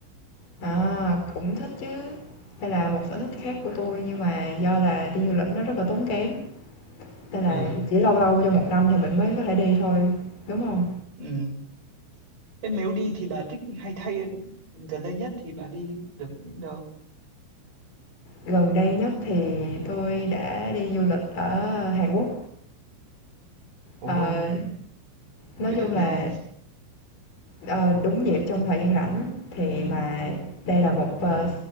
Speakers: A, on the left; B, on the right.
A: À, cũng thích chứ. Đây là một sở thích khác của tôi nhưng mà do là đi du lịch nó rất là tốn kém, nên là
B: ừ,
A: chỉ lâu lâu trong một năm thì mình mới có thể đi thôi, đúng không
B: ừ. Thế nếu đi thì bà thích hay thay gần đây nhất thì bà đi được những đâu
A: Gần đây nhất thì tôi đã đi du lịch ở Hàn Quốc.
B: ồ
A: Ờ, nói
B: tuyệt
A: chung là,
B: nha
A: ờ, đúng dịp trong thời gian rảnh thì mà đây là một, ờ,